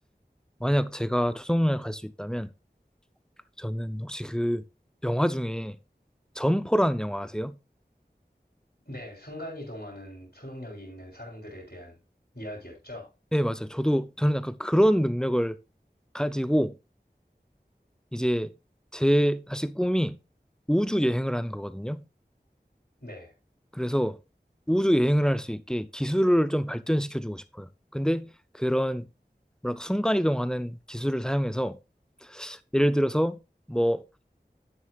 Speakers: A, in the centre; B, on the left.
A: 만약 제가 초정을 갈 수 있다면 저는 혹시 그 영화 중에 점퍼라는 영화 아세요?
B: 네. 순간이동하는 초능력이 있는 사람들에 대한 이야기였죠.
A: 네, 맞아요. 저도 저는 약간 그런 능력을 가지고 이제 제 사실 꿈이 우주 여행을 하는 거거든요.
B: 네.
A: 그래서 우주 여행을 할 수 있게 기술을 좀 발전시켜 주고 싶어요. 근데 그런 뭐랄까 순간 이동하는 기술을 사용해서 예를 들어서 뭐